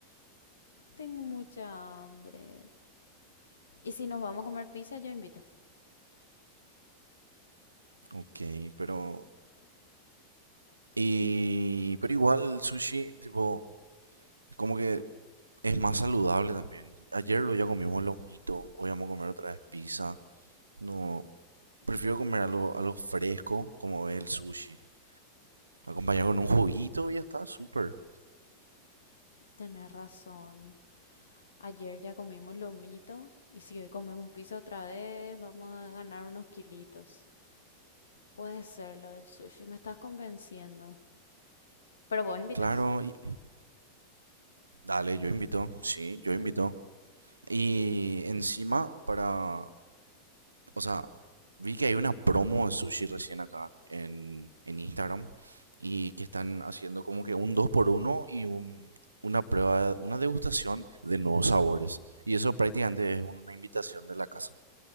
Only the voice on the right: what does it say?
Ok, pero... Y... Pero igual sushi, tipo... como que es más saludable también. Ayer lo ya comimos los mitos, hoy vamos a comer otra vez pizza. No, prefiero comer algo, algo fresco como es el sushi. Acompañado con un juguito y ya está, súper.
Claro, y- dale, yo invito, sí, yo invito. Y encima, para o sea, vi que hay una promo de sushi recién acá en, en Instagram y que están haciendo como que un dos por uno y un, una prueba, una degustación de nuevos sabores. Y eso prácticamente es una invitación de la casa.